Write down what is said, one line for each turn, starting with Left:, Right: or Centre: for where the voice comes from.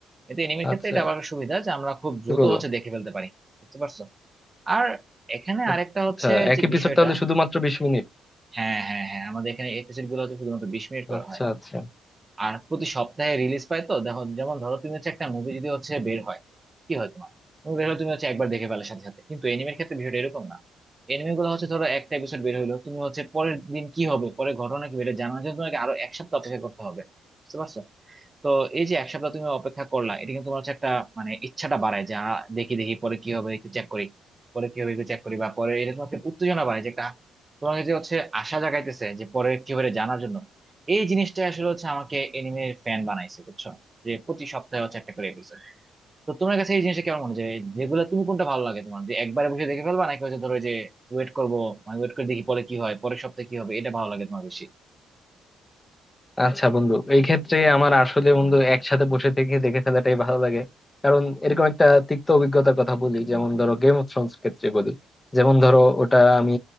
Right: এতে এনিমের ক্ষেত্রে
Left: আচ্ছা
Right: এটা আবার একটা সুবিধা যে আমরা খুব দ্রুত
Left: কি বলবো
Right: হচ্ছে দেখে ফেলতে পারি বুঝতে পারছো আর এখানে
Left: আচ্ছা
Right: আরেকটা হচ্ছে
Left: এক
Right: যে
Left: এপিসোড
Right: বিষয়টা
Left: তাহলে শুধুমাত্র বিশ মিনিট
Right: হ্যাঁ হ্যাঁ হ্যাঁ আমাদের এখানে এপিসোড গুলো হচ্ছে শুধুমাত্র বিশ মিনিট করা
Left: আচ্ছা
Right: হয়
Left: আচ্ছা
Right: আর প্রতি সপ্তাহে রিলিজ পায় তো দেখো যেমন ধরো তুমি হচ্ছে একটা মুভি যদি হচ্ছে বের হয় কি হয় তোমার মুভি বের হলে তুমি হচ্ছে একবার দেখে ফেলার সাথে সাথে কিন্তু এনিমের ক্ষেত্রে বিষয়টা এরকম না এনিমে গুলো হচ্ছে ধরো একটা এপিসোড বের হলো তুমি হচ্ছে পরের দিন কি হবে পরের ঘটনা কি বেড়ে জানার জন্য তোমাকে আরো এক সপ্তাহ অপেক্ষা করতে হবে বুঝতে পারছো তো এই যে এক সপ্তাহ তুমি অপেক্ষা করলা এটা কিন্তু তোমার হচ্ছে একটা মানে ইচ্ছাটা বাড়ায় যা দেখি দেখি পরে কি হবে একটু চেক করি পরে কি হবে একটু চেক করি বা পরে এটা তোমাকে উত্তেজনা বাড়ায় যে কা- তোমাকে যে হচ্ছে আশা জাগাইতেছে যে পরে কি হবে এটা জানার জন্য এই জিনিসটা আসলে হচ্ছে আমাকে এনিমের ফ্যান বানাইছে বুঝছো যে প্রতি সপ্তাহে হচ্ছে একটা করে এপিসোড তো তোমার কাছে এই জিনিসটা কেমন মনে হয় যে রেগুলার তুমি কোনটা ভালো লাগে তোমার যে একবারে বসে দেখে ফেলবা নাকি হচ্ছে ধরো যে ওয়েট করবো মানে ওয়েট করে দেখি পরে কি হয় পরের সপ্তাহে কি হবে এটা ভালো লাগে তোমার বেশি
Left: আচ্ছা বন্ধু এই ক্ষেত্রে আমার আসলে বন্ধু একসাথে বসে থেকে দেখে ফেলাটাই ভালো লাগে কারণ এরকম একটা তিক্ত অভিজ্ঞতার কথা বলি যেমন ধরো গেম অফ থ্রোনস ক্ষেত্রে বলি যেমন ধরো ওটা আমি